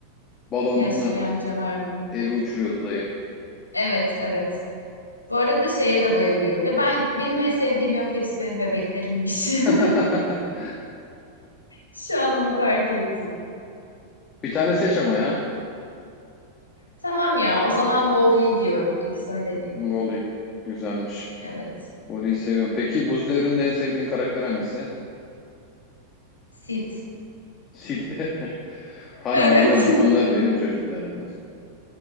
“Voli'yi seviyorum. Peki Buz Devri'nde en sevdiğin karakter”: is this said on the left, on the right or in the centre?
Left